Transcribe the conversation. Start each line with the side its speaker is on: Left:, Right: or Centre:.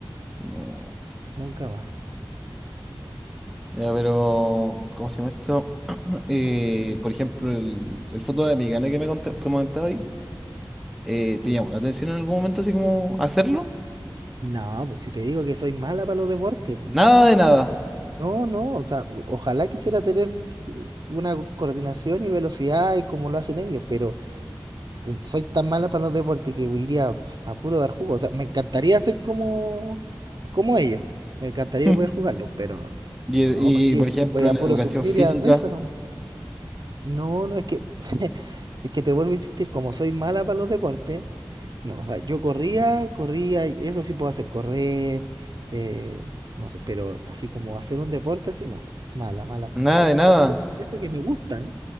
Centre: no.
Right: nunca más.
Centre: Ya, pero... ¿Cómo se llama esto? Eh, por ejemplo, el, el fútbol americano que me conté- que comentaba hoy, eh, ¿te llamó la atención en algún momento así como hacerlo?
Right: No, pues si te digo que soy mala para los deportes, pues.
Centre: Nada de nada.
Right: No, no, o sea, ojalá quisiera tener una co- coordinación y velocidad y como lo hacen ellos, pero con- soy tan mala para los deportes que iría pf, a puro dar jugo. O sea, me encantaría ser como, como ellos, me encantaría
Centre: <laughs>
Right: poder jugarlo, pero
Centre: Y,
Right: no, porque
Centre: y, por ejemplo,
Right: voy a
Centre: en
Right: puro
Centre: educación
Right: sufrir
Centre: física,
Right: y a dar risa, ¿no? No, no, es que, <laughs> es que te vuelvo a insistir, como soy mala para los deportes, No, o sea, yo corría, corría, y eso sí puedo hacer, correr, eh, no sé, pero así como hacer un deporte así, no, mala, mala, mala.
Centre: nada de nada.
Right: Eso que me gustan,